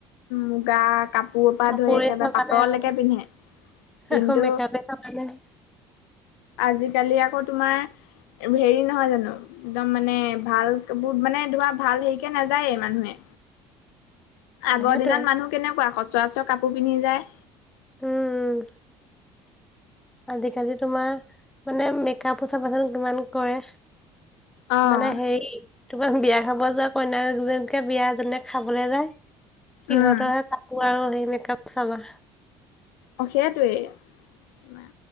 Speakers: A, on the left; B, in the centre.
A: মুগা কাপ পোৰপা
B: কাপোৰে
A: ধৰি একেবাৰে
B: চাবানে
A: পাটলৈকে
B: আৰু
A: পিন্ধে কিন্তু
B: আকৌ <unintelligible>
A: আজিকালি আকৌ তোমাৰ হেৰি নহয় জানো একদম মানে ভালবোৰ মানে ধৰা ভাল হেৰিকে নাযায়েই মানুহে। আগৰ
B: সেইটোৱে
A: দিনত মানুহ কেনেকুৱা সচৰাচৰ কাপোৰ পিন্ধি যায়।
B: উম। আজিকালি তোমাৰ মানে মেকআপো চাবাচোন কিমান কৰে।
A: অ',
B: মানে হেৰি তোমাৰ বিয়া খাব যোৱা কইনাগোজনীকে বিয়াত জোনে খাবলে যায় সিহঁতৰহে
A: উম,
B: কাপোৰ আৰু সেই মেকআপ চাবা।
A: অঁ সেইটোৱেই, তোমাৰ